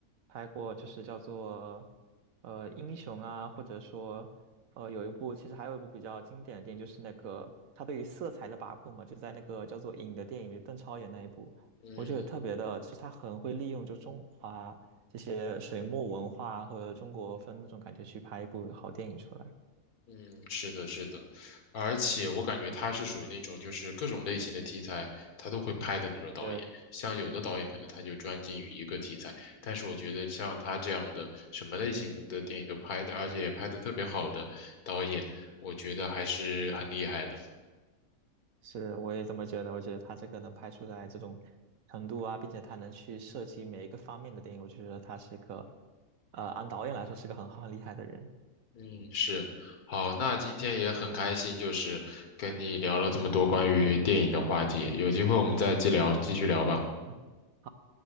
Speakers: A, on the right; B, on the left.
A: 拍过，就是叫做呃英雄啊，或者说呃有一部其实还有一部比较经典的电影，就是那个他对于色彩的把控嘛，就在那个叫做《影》的电影里，邓超演那一部，
B: 嗯。
A: 我觉得特别的，其实他很会利用就中华这些水墨文化或者中国风那种感觉去拍一部好电影出来。
B: 嗯，是的，是的，而且我感觉他是属于那种就是各种类型的题材他都会拍的那种导演。
A: 对，
B: 像有的导演可能他就专精于一个题材，但是我觉得像他这样的什么类型的电影都拍的，而且也拍的特别好的导演，我觉得还是很厉害的。
A: 是，我也这么觉得。我觉得他这个能拍出来这种程度啊，并且他能去涉及每一个方面的电影，我就觉得他是一个，呃，按导演来说是个很好很厉害的人。
B: 嗯，是。好，那今天也很开心，就是跟你聊了这么多关于电影的话题，
A: 但
B: 有机会我们再继聊，
A: 是，
B: 继续聊吧。
A: 嗯，好，